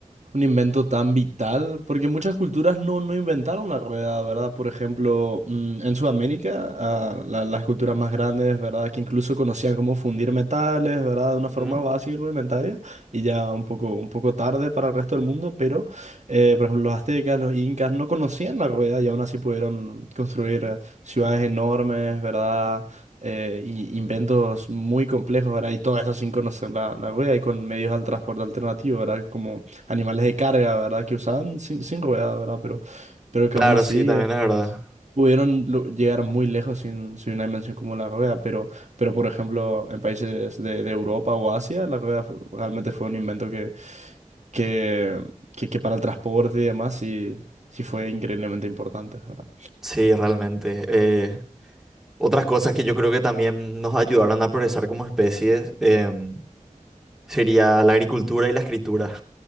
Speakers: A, on the right (about 60°); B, in the centre.
A: Un invento tan vital, porque muchas culturas no, no inventaron la rueda, ¿verdad? Por ejemplo, mm, en Sudamérica, ah, la- las culturas más grandes, ¿verdad? Que incluso conocían cómo fundir metales, ¿verdad? De una
B: Ujú.
A: forma básica y rudimentaria, y ya un poco, un poco tarde para el resto del mundo, pero, eh, por ejemplo, los aztecas, los incas no conocían la rueda y aún así pudieron construir eh, ciudades enormes, ¿verdad? Eh, y inventos muy complejos, ¿verdad? Y todo eso sin conocer la, la rueda y con medios de transporte alternativo, ¿verdad? Como animales de carga, ¿verdad? Que usaban sin, sin ruedas, ¿verdad? Pero, pero que
B: Claro,
A: aún así
B: sí, también
A: eh,
B: es verdad.
A: pudieron lo- llegar muy lejos sin, sin una dimensión como la rueda. Pero, pero por ejemplo, en países de, de Europa o Asia, la rueda fu- realmente fue un invento que, que, que, que para el transporte y demás sí, sí fue increíblemente importante, ¿verdad?
B: Sí, realmente. Eh, otras cosas que yo creo que también nos ayudaron a progresar como especies em, sería la agricultura y la escritura.